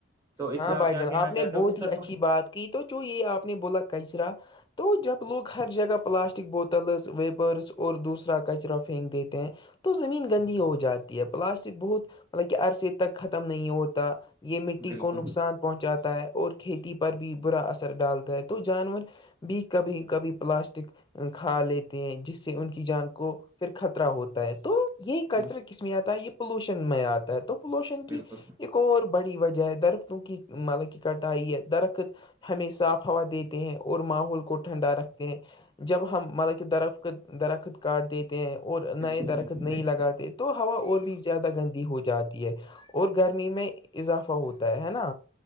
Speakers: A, on the right; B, on the left.
A: تو اس
B: ہاں
A: پہ
B: بھائی
A: کیا
B: جان
A: کہنا
B: آپ نے
A: چاہتے
B: بہت
A: ہو کہ
B: ہی
A: سر
B: اچھی
A: کو
B: بات کی تو چ یہ آپ نے بولا کچرا تو جب لوگ ہر جگہ پلاسٹک بوتلز ویپرس اور دوسرا کچرا پھینک دیتے ہیں تو زمین گندی ہو جاتی ہے پلاسٹک بہت مطلب کہ عرصے تک ختم نہیں ہوتا یہ مٹی
A: بالکل
B: کو نقصان پہنچاتا ہے اور کھیتی پر بھی برا اثر ڈالتا ہے تو جانور بھی کبھی کبھی پلاسٹک کھا لی ہیں جس سے ان کی جان کو پھر خطرہ ہوتا ہے تو یہ کلچرل
A: بالکل
B: کس میں آتا ہے یہ پولوشن میں آتا ہے تو پولوشن
A: بالکل
B: کی ایک اور بڑی وجہ ہے درختوں کی مطلب کی کٹائی ہے درخت ہمیں صاف ہوا دیتے ہیں اور ماحول کو ٹھنڈا رکھتے ہیں جب ہم مطلب کے درخت درخت کاٹ دیتے ہیں اور
A: بالکل
B: نئے درخت نہیں
A: بھائی جان
B: لگاتے تو ہوا اور بھی زیادہ گندی ہو جاتی ہے اور گرمی میں اضافہ ہوتا ہے ہے نا